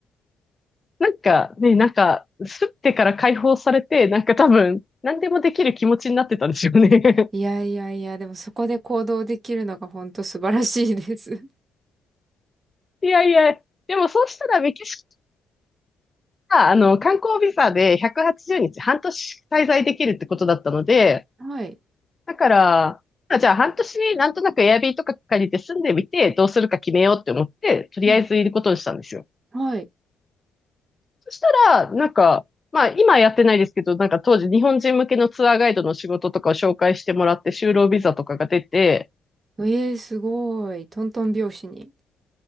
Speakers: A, on the left; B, on the right.
A: <laughs> なんかね、なんか、吸ってから解放されて、なんか多分、何でもできる気持ちになってたんですよね。<laughs>
B: いやいやいや、でもそこで行動できるのが本当素晴らしいです。
A: いやいや、でもそうしたらメキシあの、観光ビザで180日、半年滞在できるってことだったので、
B: はい。
A: だから、あじゃあ半年なんとなくエアビーとか借りて住んでみて、どうするか決めようって思って、とりあえずいることにしたんですよ。
B: うん。はい。
A: そしたら、なんか、まあ今やってないですけど、なんか当時日本人向けのツアーガイドの仕事とかを紹介してもらって、就労ビザとかが出て、
B: ええすごい。トントン拍子に。